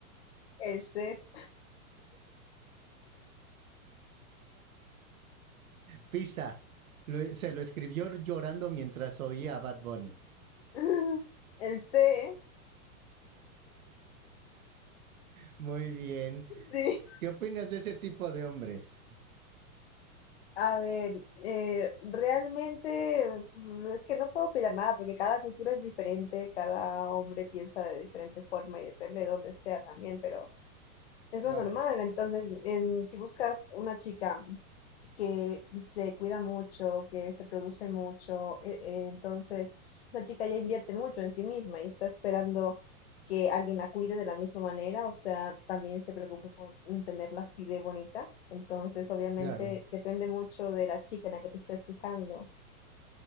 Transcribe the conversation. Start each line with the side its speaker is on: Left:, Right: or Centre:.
Left: El C.
Right: Pista. Lo- se lo escribió llorando mientras oía a Bad Bunny.
Left: <laughs> El C,
Right: Muy bien.
Left: sí.
Right: ¿Qué opinas de ese tipo de hombres?
Left: A ver, eh, realmente uf, es que no puedo opinar nada porque cada cultura es diferente, cada hombre piensa de diferente forma y depende de dónde sea también, pero es
Right: Claro,
Left: lo normal. Entonces, en- si buscas una chica que se cuida mucho, que se produce mucho, e- e, entonces esa chica ya invierte mucho en sí misma y está esperando que alguien la cuide de la misma manera, o sea, también se preocupe por tenerla así de bonita. Entonces, obviamente,
Right: claro.
Left: depende mucho de la chica en la que te estés fijando.